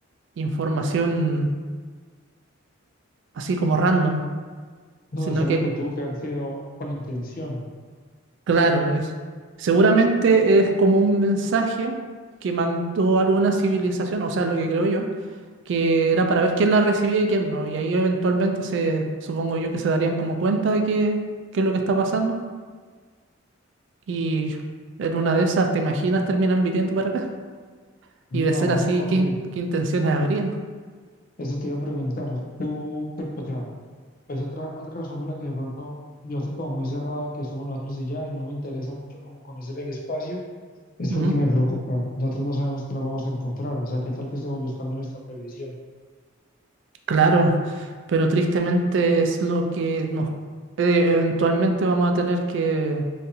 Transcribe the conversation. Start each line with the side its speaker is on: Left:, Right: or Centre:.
Right: información así como random,
Left: no,
Right: sino
Left: es algo
Right: que,
Left: que tuvo que haber sido con intención.
Right: claro, es, seguramente es como un mensaje que mandó alguna civilización, o sea, lo que creo yo que era para ver quién la recibía y quién no. Y ahí eventualmente se, supongo yo que se darían como cuenta de qué, qué es lo que está pasando. Y en una de esas, ¿te imaginas terminan viniendo para acá? Y
Left: No,
Right: de ser así,
Left: ok,
Right: ¿qué, in- qué intenciones habrían?
Left: eso te iba a preguntar. Tú, qué- o sea, Pues otra, otra razón por la que de pronto yo soy como muy cerrado a que somos nosotros y ya, y no me interesa mucho como conocer el espacio, es
Right: Ujú,
Left: porque me preocupa. Nosotros no sabemos qué nos vamos a encontrar, o sea, qué tal que estemos buscando nuestra perdición.
Right: Claro, pero tristemente es lo que nos eh, eventualmente vamos a tener que